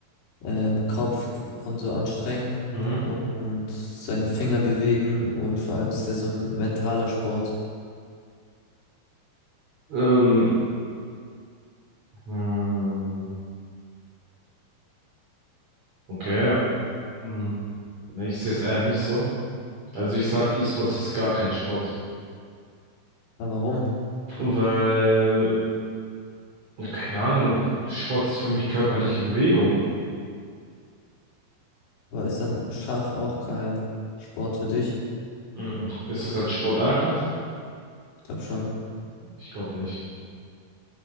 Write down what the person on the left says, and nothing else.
ähm, Kopf und so anstrengen
und seine Finger bewegen und vor allem das ist ja so ein mentaler Sport.
Aber warum?
Aber ist dann Schach auch kein Sport für dich?
Ich glaube schon.